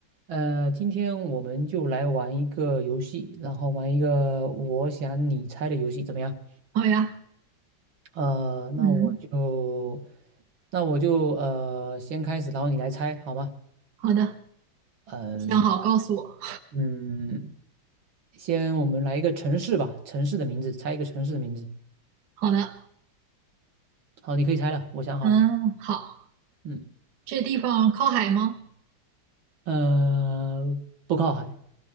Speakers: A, on the right (about 80°); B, on the right (about 60°).
A: 呃，今天我们就来玩一个游戏，然后玩一个我想你猜的游戏，怎么样？
B: 好呀，
A: 呃，
B: 嗯，
A: 那我就，那我就呃先开始，然后你来猜，好吗？
B: 好的，
A: 呃，
B: 你想好告诉我。
A: 嗯，先我们来一个城市吧，城市的名字，猜一个城市的名字。
B: 好的，
A: 好，你可以猜了，我想好了。
B: 嗯，好。
A: 嗯，
B: 这地方靠海吗？
A: 呃，不靠海。